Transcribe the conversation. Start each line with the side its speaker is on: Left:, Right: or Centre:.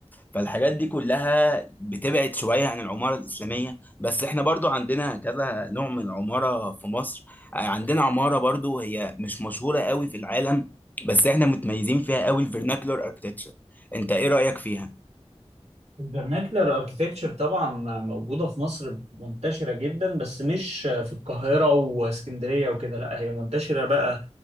Left: فالحاجات دي كلها بتبعد شوية عن العمارة الإسلامية بس إحنا برضو عندنا كذا نوع من العمارة في مصر آه، عندنا عمارة برضو هي مش مشهورة قوي في العالم بس إحنا متميزين فيها قوي الفيرناكلر اركتكتشر أنت إيه رأيك فيها؟
Right: الفرناكلر اركتكتشر طبعا موجوده في مصر منتشره جدا بس مش في القاهره واسكندريه وكده لا هي منتشره بقى